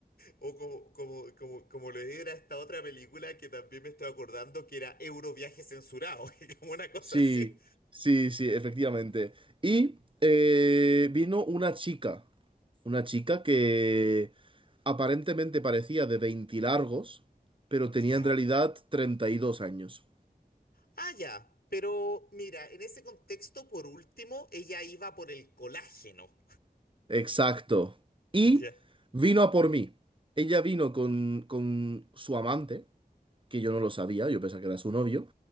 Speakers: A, on the left; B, on the right.
A: O como, como, como, como le era esta otra película que también me estoy acordando que era Euroviaje censurado, <laughs> que como una cosa
B: Sí,
A: así.
B: sí, sí, efectivamente. Y eh, vino una chica. Una chica que aparentemente parecía de 20 largos, pero
A: Ya.
B: tenía en realidad 32 años.
A: Ah, ya. Pero mira, en ese contexto, por último, ella iba por el colágeno.
B: Exacto.
A: Ya.
B: Y vino a por mí. Ella vino con, con su amante, que yo no lo sabía, yo pensaba que era su novio.